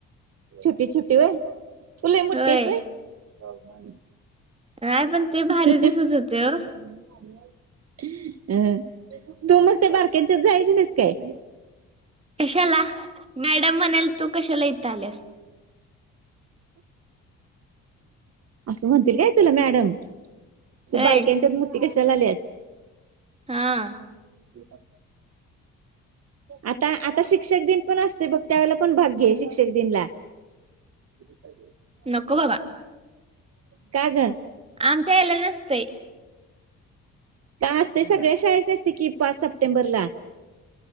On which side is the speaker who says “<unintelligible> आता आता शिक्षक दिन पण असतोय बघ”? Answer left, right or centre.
Right